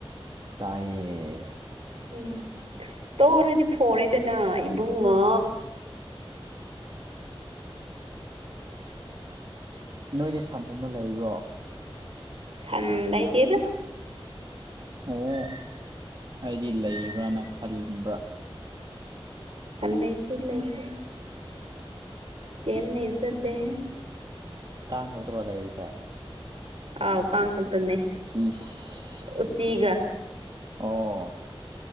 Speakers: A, on the right; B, on the right.
A: ꯇꯥꯏꯌꯦ
B: ꯎꯝ ꯇꯧꯔꯗꯤ ꯐꯣꯟꯦꯗꯅ ꯏꯕꯨꯡꯉꯥ
A: ꯅꯣꯏꯗ ꯁꯟꯒꯨꯝꯕ ꯂꯩꯕ꯭ꯔꯣ
B: ꯁꯗꯏꯗꯤꯦꯗ
A: ꯑꯣ ꯑꯩꯗꯤ ꯂꯩꯕ꯭ꯔꯅ ꯈꯟꯕ꯭ꯔꯥ
B: ꯁꯅ ꯑꯥꯏꯇ ꯏꯂꯥꯏꯇ ꯀꯦꯝꯅꯦ ꯏꯖꯖꯠ ꯗꯦ
A: ꯀꯥꯥꯡ ꯇꯂ ꯍꯥꯏ ꯆꯦ
B: ꯑꯥꯎꯀ ꯈꯛꯇꯅꯦ
A: ꯏꯁ
B: ꯎꯆꯤꯒ
A: ꯑꯣ